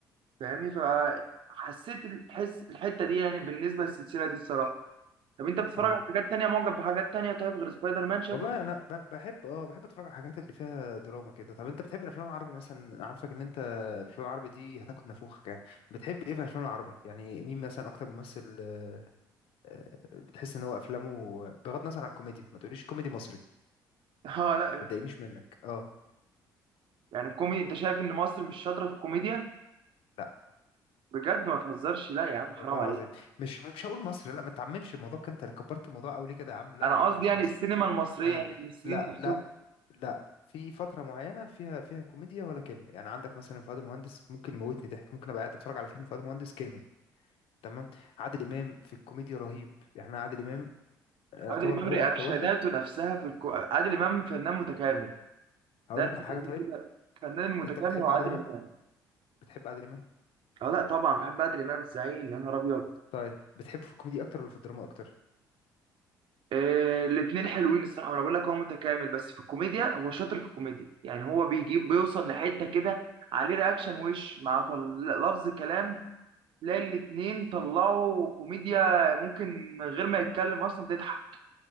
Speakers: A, on the right; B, on the left.
A: فاهمني فحسيت الحس الحتة دي يعني بالنسبة للسلسلة دي الصراحة طب انت بتتفرج
B: اه
A: على حاجات تانية معجب بحاجات تانية طيب غير سبايدر مان شكله
B: والله انا ب- بحب اه بحب اتفرج على الحاجات اللي فيها دراما كده طب انت بتحب الافلام العربي مثلا أنا عارفك ان انت الافلام العربي دي هتاخد نفوخك يعني بتحب ايه في الافلام العربي يعني مين مثلا اكتر ممثل آه، آه، بتحس ان هو افلامه بغض النظر عن الكوميديا ما تقوليش كوميدي مصري
A: <laughs> اه لا
B: ما تضايقنيش منك اه
A: يعني الكوميدي انت شايف ان مصر مش شاطره في الكوميديا
B: لا
A: بجد ما تهزرش لا يا عم
B: والله
A: حرام
B: العظيم
A: عليك
B: مش مش هقول مصري لا ما تعممش الموضوع كده، انت اللي كبرت الموضوع قوي ليه كده يا عم لا
A: انا
B: يا عم
A: قصدي
B: مش
A: يعني
B: مصري
A: السينما المصريه
B: آه
A: يعني المصريين
B: لا
A: نفسهم
B: لا لا في فترة معينة فيها فيها كوميديا ولا كلمة يعني عندك مثلا فؤاد مهندس ممكن يموتني ضحك ممكن ابقى قاعد اتفرج على فيلم فؤاد مهندس كامل تمام عادل امام في الكوميديا رهيب يعني أنا عادل امام آه، يعتبر
A: عادل امام
B: هو
A: رياكشناته
B: اكتر واحد
A: نفسها في الكو... عادل امام فنان متكامل
B: هقول
A: ده اللي
B: لك على حاجة
A: بيسميه
B: طيب
A: كده فنان متكامل
B: انت بتحب
A: هو
B: عادل
A: عادل
B: امام
A: امام
B: بتحب عادل امام
A: اه لا طبعا بحب عادل امام الزعيم يا نهار ابيض
B: طيب بتحبه في الكوميديا اكتر ولا في الدراما اكتر
A: إيه الاثنين حلوين الصراحه انا بقول لك هو متكامل بس في الكوميديا هو شاطر في الكوميديا يعني هو بيجيب بيوصل لحته كده عليه رياكشن وش مع طل... لفظ كلام تلاقي الاتنين طلعوا كوميديا ممكن من غير ما يتكلم اصلا تضحك